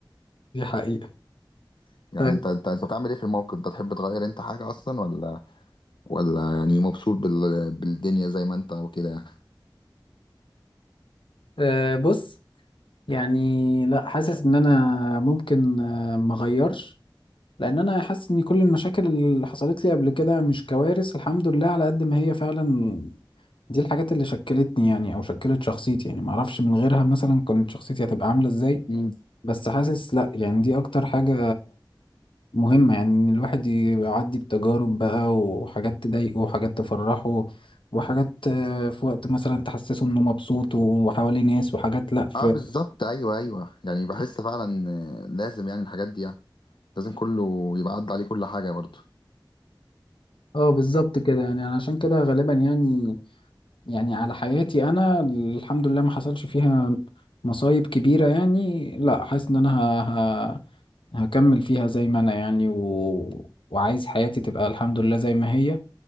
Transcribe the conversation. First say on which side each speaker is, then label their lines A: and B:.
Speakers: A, on the left (about 85°); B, on the left (about 70°).
A: دي حقيقة
B: يعني
A: طيب
B: انت انت انت بتعمل ايه في الموقف ده تحب تغير انت حاجة اصلا ولا ولا يعني مبسوط بال... بالدنيا زي ما انت وكده يعني
A: آه بص يعني لا حاسس ان انا ممكن آه ما اغيرش لان انا حاسس ان كل المشاكل اللي حصلت لي قبل كده مش كوارث الحمد لله على قد ما هي فعلا دي الحاجات اللي شكلتني يعني او شكلت شخصيتي يعني ما اعرفش من غيرها مثلا كانت شخصيتي هتبقى عاملة ازاي
B: مم.
A: بس حاسس لا يعني دي اكتر حاجة مهمة يعني إن الواحد يعدي بتجارب بقى وحاجات تضايقه وحاجات تفرحه وحاجات آه، في وقت مثلا تحسسه إنه مبسوط وحواليه ناس وحاجات لأ في
B: اه بالظبط ايوه ايوه يعني بحس فعلا آه، لازم يعني الحاجات دي يعني لازم كله يبقى عدى عليه كل حاجة برضه
A: اه بالظبط كده يعني أنا عشان كده غالبا يعني يعني على حياتي أنا الحمد لله ما حصلش فيها مصايب كبيرة يعني لأ حاسس إن أنا ه... ه... هكمل فيها زي ما أنا يعني و... وعايز حياتي تبقى الحمد لله زي ما هي